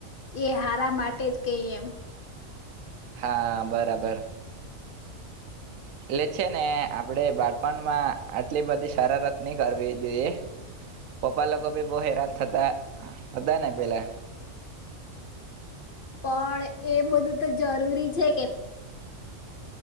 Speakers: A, on the left; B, on the right.
A: એ હારા માટે જ કઈ એમ
B: હા બરાબર. એટલે છે ને આપડે બાળપણમાં આટલી બધી સરારત ની કરવી જોઈએ. પપ્પા લોકો ભી બહુ હેરાન થતા હતા ને પેલા
A: પણ એ બધું તો જરૂરી છે કે